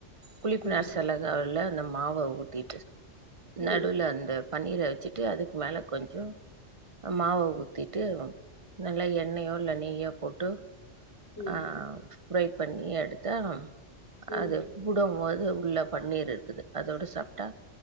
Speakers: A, on the right; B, on the left.
A: குளிப்பு
B: ம்
A: நாசலகல அந்த மாவை ஊத்திட்டு
B: ம்
A: நடுல அந்த பன்னீரை வச்சுட்டு அதுக்கு மேல கொஞ்சம் மாவை ஊ ஊற்றிட்டு நல்லா எண்ணெயோ இல்லை நெய்யோ போட்டு
B: ம்
A: ஆஹ் ஃப்ரை பண்ணி எடுத்தா
B: ம்
A: அது வுடும்போது உள்ள பன்னீர் இருக்குது அதோட சாப்பிட்டா